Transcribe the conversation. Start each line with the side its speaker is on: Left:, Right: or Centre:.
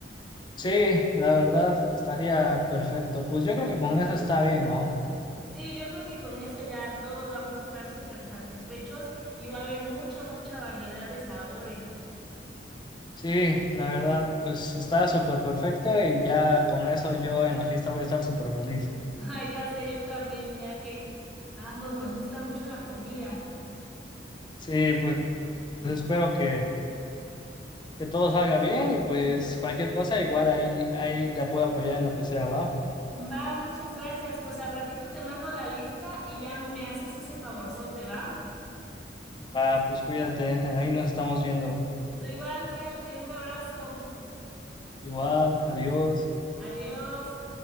Left: Sí, la verdad estaría perfecto. Pues yo creo que con eso está bien, ¿no?
Centre: Sí, yo creo que con eso ya todos vamos a estar súper satisfechos y va a haber mucha, mucha variedad de sabores.
Left: Sí, la verdad pues está súper perfecto y ya con eso yo en la fiesta voy a estar súper feliz.
Centre: <laughs> Ay, ya sé, yo también, ya que a ambos nos gusta mucho la comida.
Left: Sí, pues
Centre: <clears throat>
Left: espero que que todo salga bien y pues cualquier cosa, igual ahí, ahí te puedo apoyar en lo que sea, va.
Centre: Va, muchas gracias. Pues al ratito te mando la lista y ya me haces ese favorzote, ¿va?
Left: Va, pues cuídate, ahí nos estamos viendo.
Centre: Tú igual, cuídate, un abrazo.
Left: Igual, adiós.
Centre: Adiós.